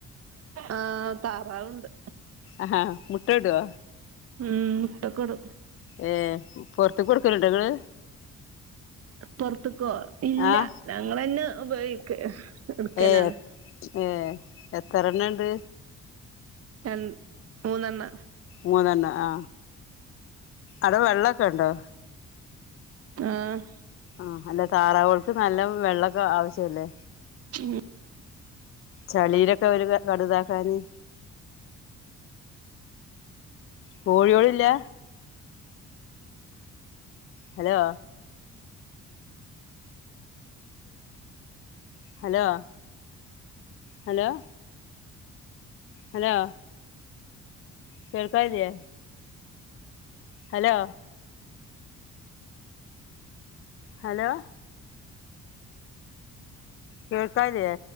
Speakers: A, on the right; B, on the left.
A: ആ താറാവ്ണ്ട്
B: അഹ ഹാ മുട്ടട്വോ
A: ഉഉം മുട്ടക്ക്ടും
B: ഏഹ് പൊറത്ത് കൊടുക്കലുണ്ടങ്ങള്
A: പൊറുത്ത്ക്കോ ഇല്ല
B: ആഹ്
A: ഞങ്ങളന്നെ ഉപയോഗിക്ക എടുക്കലാണ്
B: ഏമ് ഏ എത്രണ്ണണ്ട്?
A: രണ് മൂന്നെണ്ണ
B: മൂന്നെണ്ണ ആ അടെ വെള്ളൊക്കെണ്ടോ?
A: ഉഉം
B: ആ അല്ല താറാവാൾക്ക് നല്ല വെള്ളൊക്കെ ആവശ്യല്ലേ
A: ഉം
B: ചളീലൊക്കെ ഒരുക കടുതാക്കാന് കോഴ്യോളില്ല? ഹലോ ഹലോ.. ഹലൊ ഹലോ.. കേൾക്കാനില്ലേ ഹലോ ഹലോ കേൾക്കാനില്ലേ